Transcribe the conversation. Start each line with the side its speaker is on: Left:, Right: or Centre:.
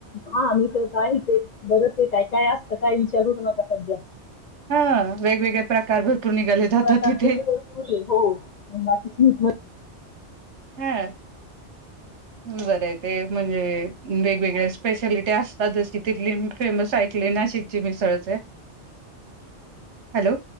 Left: हा मी स आहेच आहे बरतर काय काय असत? काय विचारूच नका सध्या
Right: हा वेगवेगळे प्रकार भरपूर निघाले जातात
Left: प्रकार
Right: तिथे
Left: तसे भरपूर आहे हो बाकीच
Right: हम्. बरं आहे ते म्हणजे वेगवेगळ्या स्पेशालिटी असतातच कि तिथली फेमस ऐकलेय ते नाशिकची मिसळच. हॅलो